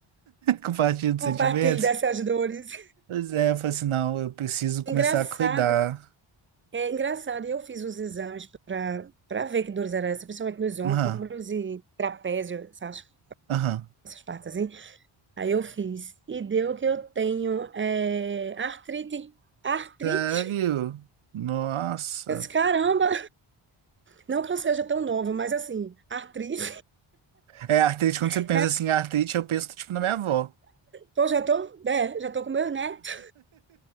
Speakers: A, on the right (about 70°); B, on the right (about 25°).
A: Compartilho de
B: Compartilho
A: sentimentos?
B: dessas dores.
A: Pois é, eu falei assim, não, eu preciso começar
B: Engraçado.
A: a cuidar.
B: É engraçado. E Eu fiz os exames para para ver que dores eram essas, principalmente nos ombros
A: Aham,
B: e trapézio, essas,
A: aham.
B: essas partes assim. Aí eu fiz. E deu que eu tenho é, artrite. Artrite?
A: Sério?
B: <laughs>
A: Nossa.
B: Eu disse, caramba! Não que eu seja tão nova, mas assim, artrite.
A: É, artrite, quando
B: <laughs>
A: você pensa
B: É,
A: assim, artrite, eu penso, tipo, na minha avó.
B: tô, já tô, é, já tô com meu neto.